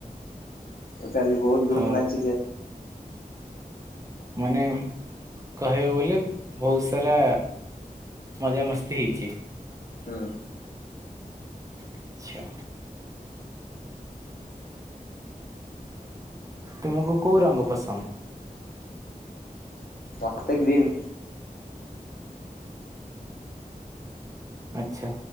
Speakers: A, on the left (about 75°); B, on the right (about 20°).
A: ତ କାଲି ବହୁତ
B: ତ
A: ଧୁମ୍ ନାଚିଲେ।
B: ମାନେ କହିବାକୁ ବୋଲେ ବହୁତ ସାରା ମଜା ମସ୍ତି ହେଇଛି।
A: ହୁଁ
B: ଆଛା। ତମକୁ କୋଉ ରଙ୍ଗ ପସନ୍ଦ?
A: ମତେ ଗ୍ରୀନ୍।
B: ଆଛା